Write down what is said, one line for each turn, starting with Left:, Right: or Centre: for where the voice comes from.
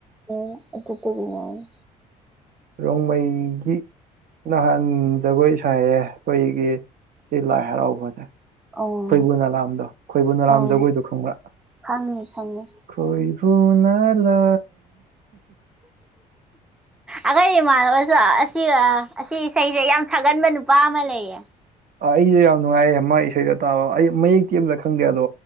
Centre: ꯑꯣ ꯑꯗꯨ ꯌꯥꯏꯌꯦ
Right: ꯔꯣꯡꯃꯩꯒꯤ ꯅꯍꯥꯟ ꯖꯒꯣꯏ ꯁꯥꯏꯌꯦ ꯑꯩꯈꯣꯏꯒꯤ ꯁꯤ ꯂꯥꯏ ꯍꯔꯥꯎꯕꯁꯦ
Centre: ꯑꯣ
Right: ꯈꯣꯏꯕꯨ ꯅꯂꯥꯝꯗꯣ ꯈꯣꯏꯕꯨ ꯅꯂꯥꯝ
Centre: ꯑꯣ
Right: ꯖꯒꯣꯏꯗꯣ ꯈꯪꯕ꯭ꯔ
Centre: ꯈꯪꯉꯤ ꯈꯪꯉꯤ
Right: ꯇꯣꯏꯕꯨꯅꯂ
Centre: ꯑꯩꯈꯣꯏ ꯏꯃꯥꯟꯅꯕꯁꯨ ꯑꯁꯤ ꯑꯁꯤ ꯏꯁꯩꯁꯦ ꯌꯥꯝ ꯁꯛꯒꯟꯕ ꯅꯨꯄꯥ ꯑꯃ ꯂꯩꯌꯦ
Right: ꯑꯩꯁꯨ ꯌꯥꯝ ꯅꯨꯡꯉꯥꯏꯌꯦ ꯃꯥ ꯏꯁꯩꯗ ꯇꯥꯕ ꯑꯩ ꯃꯌꯦꯛꯇꯤ ꯑꯃꯇ ꯈꯪꯗꯦ ꯑꯗꯣ